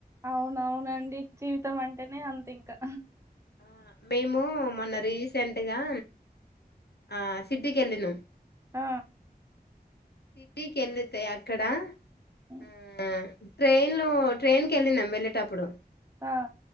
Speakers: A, on the right; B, on the left.
A: అవునవునండి జీవితం అంటేనే అంత ఇకా
B: ఆ మేము మొన్న రీసెంట్ ఇగా ఆ సిటీ కి వెళ్ళినామ్
A: ఆ
B: సిటీకి వెళ్ళితె అక్కడ
A: హ్మ్.
B: హ ట్రైన్ లో ట్రైన్ కెళ్ళినాం వెళ్ళేటప్పుడు
A: ఆ